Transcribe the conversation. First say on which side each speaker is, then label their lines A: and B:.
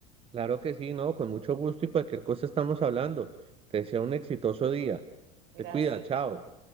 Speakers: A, on the right (about 30°); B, on the right (about 60°).
A: Claro que sí, no, con mucho gusto y cualquier cosa estamos hablando. Te deseo un exitoso día.
B: Gracias,
A: Te cuida, chao.
B: tal verdad.